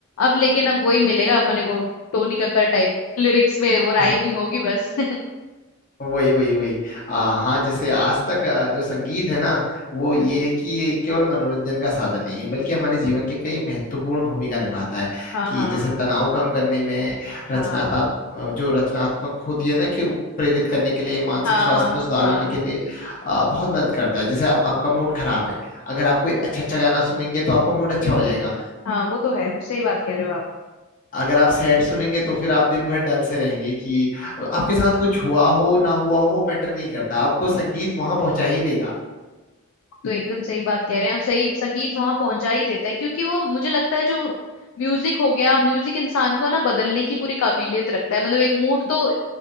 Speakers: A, on the left; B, on the left.
A: अब लेकिन अब वही मिलेगा अपने को टोनी कक्कर टाइप लिरिक्स में वो राइमिंग
B: हो
A: होगी बस <laughs>
B: वही वही वही आ, हाँ जैसे आज तक आ, जो संगीत है ना वो
A: हम्म,
B: ये है कि ये केवल मनोरंजन का साधन नहीं है बल्कि हमारे जीवन के कई महत्वपूर्ण भूमिका निभाता है
A: हाँ
B: कि
A: हाँ
B: जैसे तनाव कम करने में रचनात्मक
A: हाँ
B: जो रचनात्मक होती है ना कि वो प्रेरित करने के लिए मानसिक
A: हाँ
B: स्वास्थ्य में सुधार
A: हाँ
B: लाने के लिए आ, बहुत मदद करता है जैसे आप आपका मूड खराब है अगर आप कोई अच्छा अच्छा गाना सुनेंगे तो आपका मूड अच्छा हो जाएगा
A: हाँ वो तो है वो सही बात कह रहे हो आप
B: अगर आप सैड सुनेंगे तो फिर आप दिन भर डल से रहेंगे कि आपके साथ कुछ हुआ हो ना हुआ हो मैटर नहीं करता आपको संगीत वहां पहुंचा ही देगा
A: तो एकदम सही बात कह रहे हैं हम सही संगीत वहां पहुंचा ही देता है क्योंकि वो मुझे लगता है जो म्यूजिक हो गया म्यूजिक इंसान को ना बदलने की पूरी काबिलियत रखता है मतलब एक मूड तो